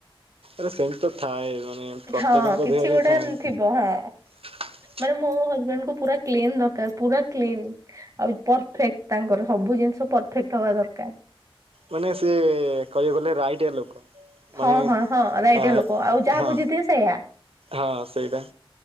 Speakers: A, on the right (about 80°); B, on the right (about 35°).
A: ଆରେ ସେମିତି ତ ଥାଏ। ମାନେ ପ୍ରତ୍ୟେକଙ୍କ
B: ହଁ କିଛି
A: ଦେହରେ
B: ଗୋଟେ
A: ହି ଥାଏ।
B: ଥିବ ହଁ।
A: ହଁ
B: ମାନେ ମୋ ହଜବେଣ୍ଡ କୁ ପୁରା କ୍ଲିନ ଦରକାର ପୁରା କ୍ଲିନ। ଆଉ ପରଫେକ୍ଟ ତାଙ୍କର ସବୁ ଜିନ ସବୁ ପରଫେକ୍ଟ ହବା ଦରକାର।
A: ମାନେ ସେ କହିବାକୁ ଗଲେ ରାଇଟିଆ ଲୋକ। ମାନେ
B: ହଁ ହଁ ହଁ ରାଇଟିଆ
A: ଅ
B: ଲୋକ ଆଉ ଯାହା
A: ହ
B: ବୁଝିଥିବେ ସେଇଆ।
A: ହଁ ସେଇଟା